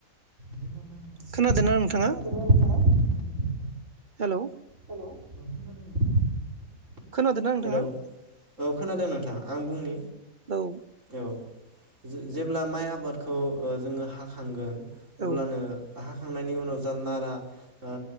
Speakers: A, on the right; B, on the right.
A: जोंना माइ माइ
B: खोनादो
A: आबादखौ
B: ना नोंथाङा?
A: खोनादोंना नोंथाङा? खोनादों नोंथां
B: हेलौ
A: हेलौ औ खोनादों नोंथां।
B: खोनादो ना नोंथाङा?
A: हेलौ औ खोनादों नोंथां आं बुंनि
B: औ
A: औ। जो जेब्ला माइ आबादखौ ओ जोङो हाखांगोन।
B: औ
A: अब्लानो हा खांनायनि उनाव जा नारा ओ